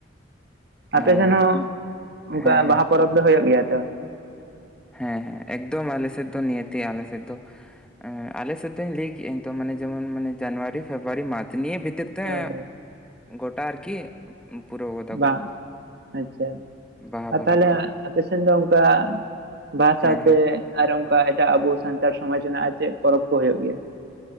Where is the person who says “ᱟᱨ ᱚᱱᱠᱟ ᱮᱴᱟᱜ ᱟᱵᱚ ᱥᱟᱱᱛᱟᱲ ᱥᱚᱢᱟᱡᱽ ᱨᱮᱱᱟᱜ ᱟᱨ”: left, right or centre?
Right